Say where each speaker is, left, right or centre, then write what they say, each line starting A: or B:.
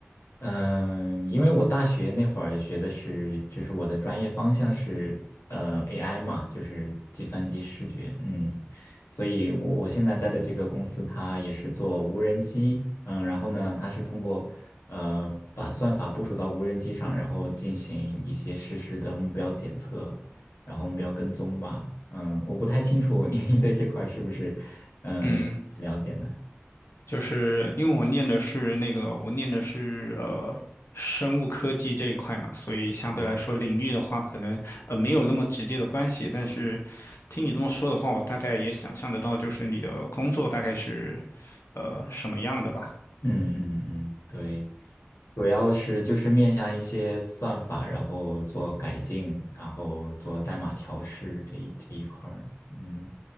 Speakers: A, on the left; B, on the left.
A: 嗯，因为我大学那会儿学的是，就是我的专业方向是呃 AI 嘛，就是计算机视觉，嗯，所以我我现在在的这个公司，它也是做无人机，嗯，然后呢，它是通过呃把算法部署到无人机上，然后进行一些实时的目标检测，然后目标跟踪吧，嗯，我不太清楚你 <laughs> 对这块儿是不是嗯了解呢？
B: 嗯。就是因为我念的是那个，我念的是呃生物科技这一块嘛，所以相对来说领域的话，
A: 哦，
B: 可能呃没有那么直接的关系。但是听你这么说的话，我大概也想象得到，就是你的工作大概是呃什么样的吧？
A: 嗯嗯嗯，对。主要是就是面向一些算法，然后做改进，然后做代码调试这一这一块儿。嗯，